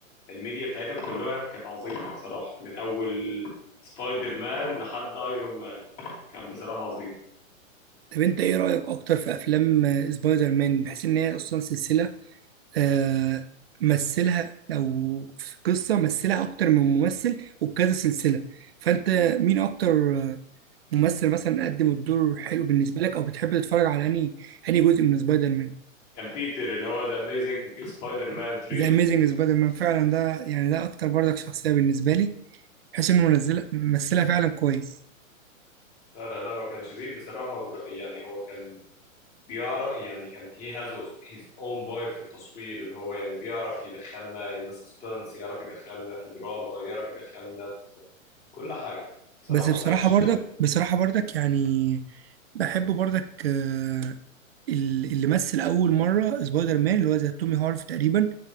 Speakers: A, on the left (about 25°); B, on the right (about 45°).
A: الميديا بتاعتها كلها كانت عظيمه صراحه من اول سبايدر مان لحد ايرون مان كان بصراحه عظيم
B: طب انت ايه رأيك اكتر في افلام آه، سبايدر مان بحيث ان هي اصلا سلسلة آه مثلها او في قصة مثلها اكتر من ممثل وبكذا سلسلة فانت مين اكتر آه، ممثل مثلا قدم الدور حلو بالنسبة لك او بتحب تتفرج على انهي انهي جزء من سبايدر مان
A: كان بيتر اللي هو ذا اميزنج سبايدر مان 3
B: ذا اميزنج سبايدر مان فعلا ده يعني ده اكتر برضك شخصية بالنسبة لي بحيث انه منزلها ممثلها فعلا كويس
A: لا لا ده هو كان شديد بصراحه ودر- يعني هو كان بيعرف يعني كان هي هاز هيز اون فايب في التصوير اللي هو يعني بيعرف يدخلنا ان سسبنس يعرف يدخلنا في دراما يعرف يدخلنا في كل حاجه بصراحه
B: بس بصراحة
A: واكشن
B: برضك بصراحة برضك يعني بحب برضك آه، ال- اللي مثل أول مرة سبايدر مان اللي هو زي تومي هارف تقريبا